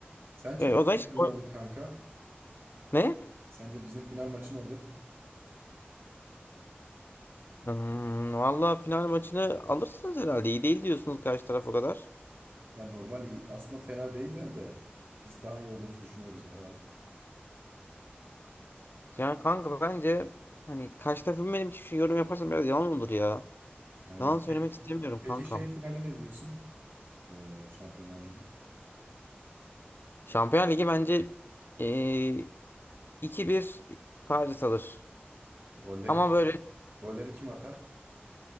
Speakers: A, on the right (about 55°); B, on the left (about 60°).
A: Sence
B: E, o
A: final
B: zaman hiç...
A: ne olur kanka?
B: Ne?
A: Sence bizim final maçı ne olur?
B: Hmm, Valla final maçını alırsınız herhalde. İyi değil diyorsunuz karşı taraf o kadar.
A: yani normal iyi- aslında fena değiller de biz daha iyi olduğumuzu düşünüyoruz bakalım.
B: Yani kanka bence hani karşı tarafın benim için şey yorum yaparsam biraz yalan olur ya.
A: Aynen.
B: Yalan söylemek
A: Peki,
B: istemiyorum kankam.
A: peki şey finale ne diyorsun? Ee, Şampiyonlar Ligi.
B: Şampiyon Ligi bence eee 2-1 Paris alır.
A: Golleri
B: Ama
A: kim?
B: böyle
A: Golleri kim atar?